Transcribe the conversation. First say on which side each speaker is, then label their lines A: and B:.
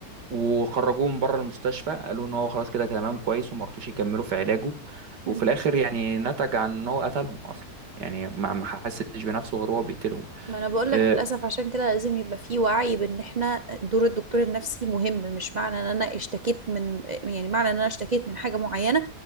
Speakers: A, on the right (about 85°); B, on the right (about 35°).
A: وخرجوه من بره المستشفى قالوا ان هو خلاص كده كده تمام كويس وما رضوش يكملوا في علاجه وفي
B: مم.
A: الاخر يعني نتج عن ان هو قتلهم اصلا يعني ما ما حسش بنفسه غير هو بيقتلهم
B: ما انا بقول
A: آه،
B: لك للاسف عشان كده لازم يبقى في وعي بان احنا دور الدكتور النفسي مهم مش معنى ان انا اشتكيت من يعني معنى ان انا اشتكيت من حاجه معينه